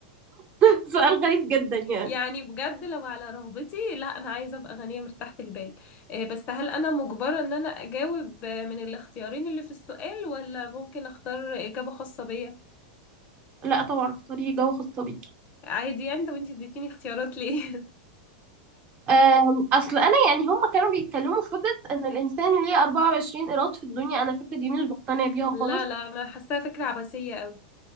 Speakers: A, on the right; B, on the left.
A: <laughs> سؤال غريب جدا
B: <laughs>
A: يعني
B: يعني بجد لو على رغبتي لا انا عايزه ابقى غنيه مرتاحه البال إيه، بس هل انا مجبره ان انا اجاوب آه، من الاختيارين اللي في السؤال ولا ممكن اختار اجابه خاصه بيا
A: لا طبعا اختاري جوه خاصة بيكي
B: عادي يعني طب انتي اديتيني اختيارات ليه <laughs>
A: أم، اصل انا يعني هم كانوا بيتكلموا في فكره ان الانسان ليه 24 ايراد في الدنيا انا الفكره دي مش بقتنع بيها خالص
B: لا لا انا حاساها فكره عبثيه قوي